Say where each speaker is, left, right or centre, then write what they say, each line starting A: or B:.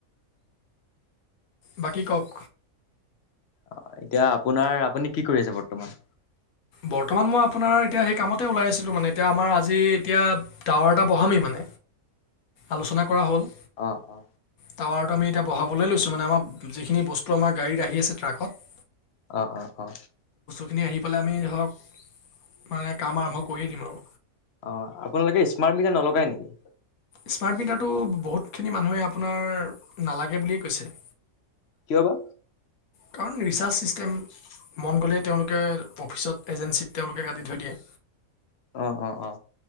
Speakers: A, on the left (about 90°); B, on the left (about 55°).
A: বাকী কক
B: অ এতিয়া আপোনাৰ আপুনি কি কৰি আছে বৰ্তমান
A: বৰ্তমান মই আপোনাৰ এতিয়া সেই কামতে ওলাই আছিলো মানে এতিয়া আমাৰ আজি এতিয়া টাৱাৰ এটা বহামেই মান আলোচনা কৰা হ'ল
B: অ অ
A: টাৱাৰটো আমি এতিয়া বহাবলৈ লৈছো মানে আমাৰ যিখিনি বস্তু আমাৰ গাড়ীত আহি আছে ট্ৰাকত
B: অ অ অ
A: সেইখিনি আহি পেলাই আমি ধৰক মানে কাম আৰম্ভ কৰিয়ে দিম আৰু
B: অ আপোনালোকে স্মাৰ্ট মিটাৰ নলগাই নেকি
A: স্মাৰ্ট মিটাৰটো বহুতখিনি মানুহে আপোনাৰ নালাগে বুলিয়ে কৈছে
B: কিয় বা?
A: কাৰণ ৰিচাৰ্ছ চিষ্টেম মন গ'লে তেওঁলোকে অফিচত এজেঞ্চিত তেওঁলোকে কাটি থৈ দিয়ে
B: অ অ অ